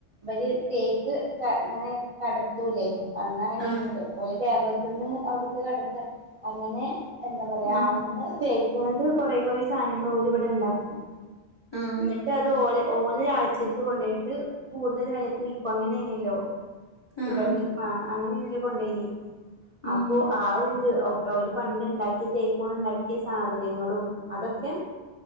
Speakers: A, on the right (about 40°); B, on the left (about 35°).
A: വലിയ തേക്ക് ഇങ്ങനെ കടത്തൂലേ അന്നങ്ങനെ
B: ആഹ്
A: <unintelligible> പോയി കേരളത്തിന്ന് അവിടുക്ക് കടത്ത അങ്ങനെ എന്താ പറയാ
B: ഉം
A: അന്ന് തേക്കും കൊണ്ട് കൊറെ കൊറെ സാധനങ്ങള് ഓല് ഇവിടെ ഇണ്ടാക്കും
B: ആഹ്
A: എന്നിട്ട് അത് ഓല് ഓല് രാജ്യത്ത് കൊണ്ടോയിട്ട് കൂടുതല് വെലക്ക് വിൽക്കും അങ്ങനെനല്ലോ
B: ആഹ്
A: ഇവിന്ന്
B: ആഹ്
A: ആ അങ്ങനെനല്ലോ കൊണ്ടേയിനി
B: ഉം
A: അപ്പൊ ആ ഒരിത് ഒല് പണ്ട് ഇണ്ടാക്കിയ തേക്കോണ്ട് ഇണ്ടാക്കിയ സാധനങ്ങളും അതൊക്കെ